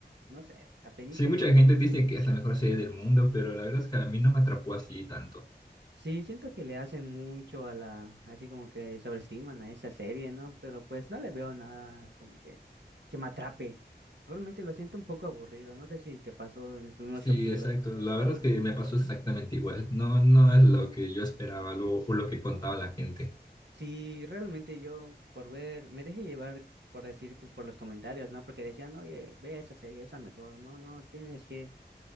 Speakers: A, on the right (about 75°); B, on the left (about 25°).
A: no sé, apenitas
B: Sí, mucha gente dice que es la mejor serie del mundo, pero la verdad es que a mí no me atrapó así tanto.
A: Sí, siento que le hacen mucho a la, así como que sobreestiman a esa serie, ¿no? Pero pues no le veo nada como que, que me atrape. Realmente lo siento un poco aburrido, no sé si te pasó en los primeros
B: Sí,
A: capítulos.
B: exacto. La verdad es que me pasó exactamente igual. No, no es lo que yo esperaba lo- o lo que contaba la gente.
A: Sí, realmente yo por ver, me dejé llevar por decir, co- por los comentarios, ¿no? Porque decían, oye, ve esa serie, esa mejor, no, no, tienes que,